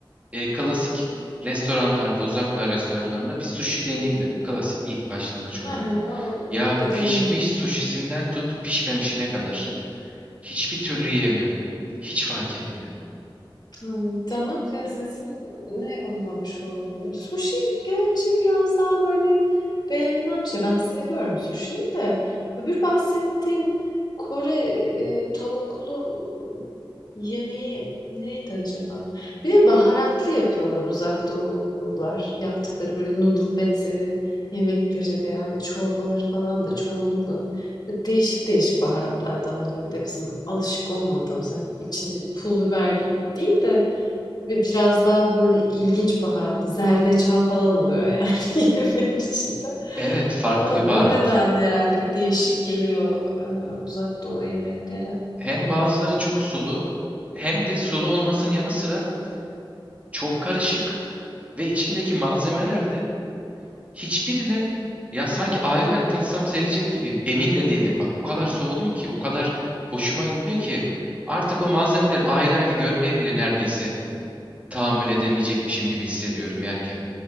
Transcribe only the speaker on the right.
e, klasik restoranlarda, uzak doğu restoranlarında bir sushi deneyeyim dedim. Klasik ilk başlangıç olarak.
Ya
pişmiş
sushisinden tut pişmemişine kadar. Hiçbir türlü yiyemiyorum. Hiç fark etmiyor.
Evet, farklı
bir baharat.
Hem bazıları çok sulu, hem de sulu olmasının yanı sıra çok karışık ve içindeki malzemeler de hiçbirine ya sanki ayrı ayrı tatsam sevecek gibiyim. Emin de değilim. Bak o kadar soğudum ki, o kadar hoşuma gitmiyor ki. Artık o malzemeleri ayrı ayrı görmeye bile neredeyse tahammül edemeyecekmişim gibi hissediyorum yerken.